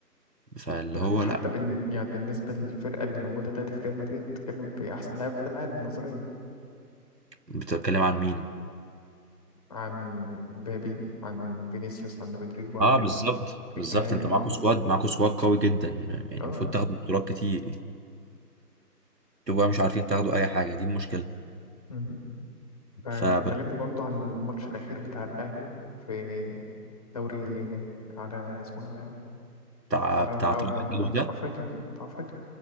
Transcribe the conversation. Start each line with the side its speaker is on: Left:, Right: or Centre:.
Right: فاللي
Left: يعني
Right: هو
Left: حتى
Right: لا
Left: بن يعني بالنسبه للفرقه اللي موجوده دلوقتي في ريال مدريد بتتكلم في احسن لاعب في العالم نظريا
Right: بتتكلم عن مين
Left: عن بابي عن فينيسيوس عن رودريجو عن
Right: اه بالظبط بالظبط
Left: بلينجهام
Right: انت معاكوا
Left: كل
Right: سكواد
Left: دول
Right: معاكوا سكواد قوي جدا يعني
Left: اه
Right: المفروض تاخدوا بطولات كتير تبقى مش عارفين تاخدوا اي حاجه دي المشكله
Left: مم. فكلمني
Right: فبتاع
Left: برضه عن الماتش الاخير بتاع الاهلي في دوري على اسمه إيه؟
Right: بتاع
Left: على
Right: طلائع
Left: على
Right: الجيش
Left: على
Right: ده
Left: افريقيا بتاع افريقيا